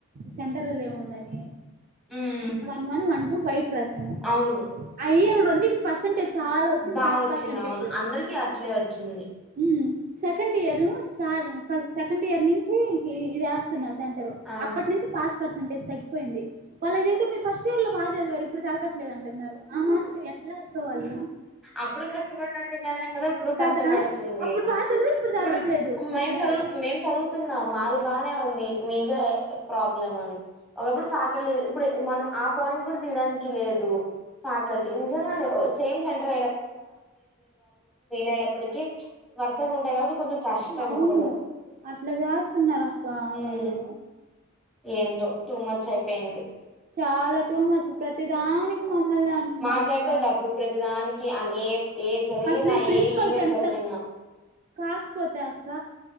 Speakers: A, on the right (about 35°); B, in the centre.
A: సెంటర్ దు ఏముందని
B: ఉమ్
A: one one one two by రాసాము
B: అవును
A: అయ్యల్ రొంటికి పర్సంటేజ్ చాలా వచ్చింది
B: బా
A: పాస్
B: వచ్చింది
A: పర్సంటేజ్
B: అవును అందరికి అట్లే వచ్చింది
A: ఉమ్ సెకండ్ ఇయర్ స్టార్ట్ ఫస్ సెకండ్ ఇయర్ నుంచి ఇంక్ ఇదిస్తున్నారు సెంటర్
B: ఆ
A: అప్పటి నుంచి పాస్ పర్సెంటేజ్ తగ్గిపోయింది వాళ్ళు ఏదైతే మీరు ఫస్ట్ ఇయర్ లో బగా చదివారు ఇప్పుడు చదవట్లేదు అంటున్నారు ఆ మాత్రం ఎట్లా అక్కవాళ్లు
B: అప్పుడు కష్టపడినంతేగానే కదా ఇప్పుడు
A: కదా
B: కష్టపడుతుంది
A: అప్పుడు బాగా చదివారు ఇప్పుడు
B: ఇప్పుడుర్
A: చదవట్లేదు అంటున్నారు
B: మేం చదువు మేం చదువుతున్నాం మాది బానే ఉంది మీదే ప్రాబ్లం అని ఒకప్పుడు ఫ్యాకల్టీ ఇప్పుడు మనం ఆ పాయింట్ కూడా తీయడానికి లేదు ఫ్యాకల్టీ నిజంగానే సెమ్ సెంట్ర అయ్యేటప్పటికి వరుసగా ఉంటాయి కాబట్టి కొంచెం కష్టం
A: అవును
B: ఇప్పుడు
A: అట్లా చేస్తన్నారు అక్క
B: ఉమ్
A: వాళ్ళు
B: ఏందో టూ మంత్స్ అయిపోయింది
A: చాలా టూ మచ్చు ప్రతిదానికి మమ్మల్నే అంటున్నారు
B: మాట్లాడితే
A: అక్క
B: డబ్బు ప్రతిదానికి ఏ ఏ జరిగినా
A: అసలు ఈ ప్రిన్సిపల్
B: ఏ ఈవెంట్
A: కి ఎంత
B: జరిగినా
A: కాకపోతే అక్క